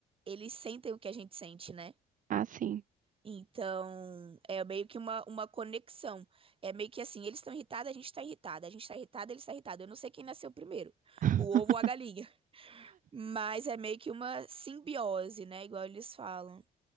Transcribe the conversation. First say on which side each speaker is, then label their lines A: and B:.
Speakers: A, on the right; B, on the right.
A: eles sentem o que a gente sente, né?
B: Ah, sim.
A: Então, é meio que uma, uma conexão. É meio que assim, eles estão irritados, a gente tá irritada. A gente tá irritada, eles estão irritados. Eu não sei quem nasceu primeiro,
B: <laughs>
A: o ovo ou a galinha. Mas é meio que uma simbiose, né? Igual eles falam.